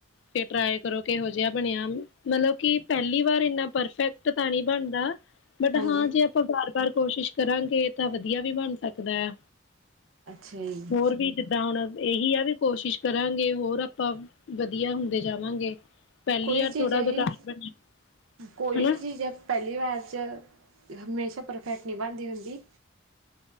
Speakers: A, on the left; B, on the right.
A: ਫੇਰ ਟਰਾਏ ਕਰੋ ਕਿਹੋ ਜਿ ਬਣਿਆ ਮਤਲਬ ਕਿ ਪਹਿਲੀ ਵਾਰ ਇੰਨਾ ਪਰਫੈਕਟ ਤਾਂ ਨੀ ਬਣਦਾ। ਬਟ
B: ਹਾਂਜੀ
A: ਹਾਂ ਜੇ ਆਪਾਂ ਬ ਪਰ ਕੋਸ਼ਿਸ਼ ਕਰਾਂਗੇ ਤਾਂ ਵਧੀਆ ਵੀ ਬਣ ਸਕਦਾ ਆ।
B: ਅੱਛਾ ਜੀ
A: ਹੋਰ ਵੀ ਜਿੱਦਾਂ ਹੁਣ ਇਹੀ ਆ। ਵੀ ਕੋਸ਼ਿਸ਼ ਕਰਾਂਗੇ ਹੋਰ ਆਪਾਂ ਵਧੀਆ ਹੁੰਦੇ ਜਾਵਾਂਗੇ। ਪਹਿਲੀ
B: ਕੋਈ
A: ਵਾਰ
B: ਚੀਜ਼
A: ਥੋੜਾ
B: ਹੈ
A: ਬੇਕਾਰ
B: ਜੀ
A: ਬਣਿਆ
B: ਕੋਈ
A: ਹਨਾ
B: ਵੀ ਚੀਜ਼ ਹੈ ਪਹਿਲੀ ਵਾਰ ਚ, ਹਮੇਸ਼ਾ ਪਰਫੈਕਟ ਨੀ ਬਣਦੀ ਹੁੰਦੀ।